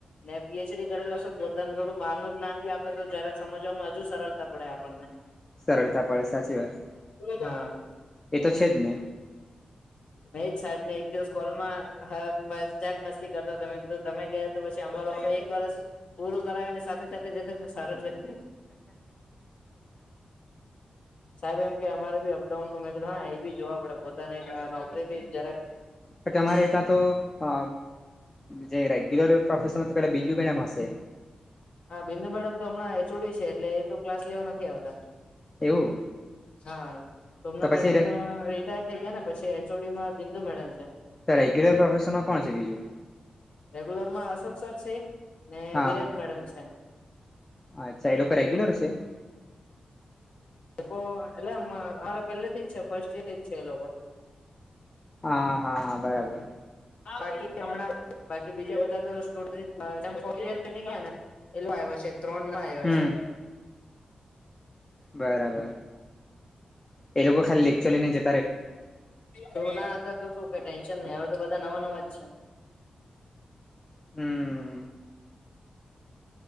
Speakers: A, on the left (about 60°); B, on the left (about 20°).
A: ને પીએચડી કરેલા શું પોતાને થોડું બાર નું જ્ઞાન ભી આપે તો જ્યારે સમજવામાં હજુ સરળતા પડે આપણને
B: સરળતા પડે સાચી વાત
A: હાં
B: એ તો છે જ ને
A: મે એક સાહેબ ને એક દિવસ કોલમાં હા મજાક મસ્તી કરતા તમે કીધું તમે ગયા તો પછી અમારું હવે એક વરષ પૂરું કરાવી ને સાથે સાથે જતો તો સારું રહેતે સાહેબ એમ કે અમારે બી અપડાઉન ન મે હા એ બી જોવા પડે પોતાની નોકરી બી જરાક
B: પણ તમારે તા તો અ જે રેગ્યુલર પ્રોફશેર તો પેલા બિંદું મેડમ હશે
A: હા બિંદુ મેડમ તો હમણાં એ ચો ડી છે એટલે એ તો ક્લાસ લેવા નથી આવતા
B: એવું
A: હા શોભાના
B: તો પછી
A: મેડમ ના રિટાયર થઈ ગયા ને પપછી એચ ઓ ડી માં બિંદુ મેડલ છે
B: તો રેગ્યુલર પ્રોફેશર મા કોણ છે બીજું
A: રેગ્યુલર માં અશોક સર છે ને
B: હા
A: વિરાજ મેડમ છે.
B: અચ્છા એ લોકો રેગ્યુલર છે
A: એ લોકો એટલે અરે પેલે થી જ છે ફર્સ્ટ ઈયર થી જ છે એ લોકો
B: હા હા હા બરાબર
A: બાકી હમણાં બાકી બીજા બધા તો <unintelligible> ગયા ને એલો આવ્યો છે ત્રણ ના આવ્યા
B: હમ
A: છે.
B: બરાબર એ લોકો ખાલી લેકચર લઇ ને જ
A: જુના હતા તો શું કઈ ટેન્શન નહી હવે તો બધા નવા નવા જ છે
B: હમ.